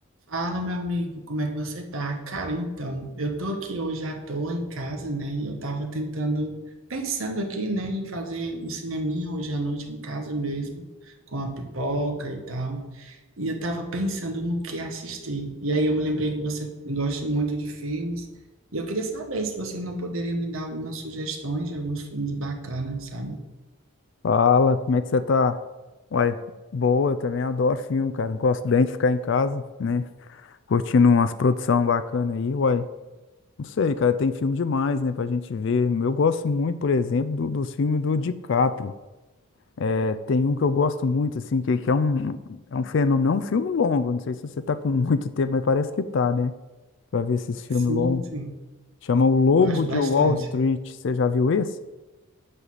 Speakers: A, on the right; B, on the left.
A: Fala, meu amigo, como é que você tá? Cara, então, eu tô aqui hoje à toa em casa, né? E eu tava tentando, pensando aqui, né, em fazer um cineminha hoje à noite em casa mesmo, com a pipoca e tal. E eu tava pensando no que assistir. E aí eu me lembrei que você gosta muito de filmes. E eu queria saber se você não poderia me dar algumas sugestões de alguns filmes bacanas, sabe?
B: Fala, como é que você tá? Uai, boa, também adoro filme, cara. não Gosto bem de ficar em casa, né? Curtindo umas produções bacanas aí, uai. Não sei, cara, tem filme demais, né, pra gente ver. Eu gosto muito, por exemplo, do- dos filmes do DiCaprio. É, tem um que eu gosto muito, assim, que, que é um, é um fenômeno, é um filme longo. Não sei se você tá com <laughs> muito tempo, mas parece que tá, né? Pra ver esses filmes
A: Sim,
B: longos.
A: sim.
B: Chama O Lobo
A: Gosto
B: de
A: bastante.
B: Wall Street. Você já viu esse?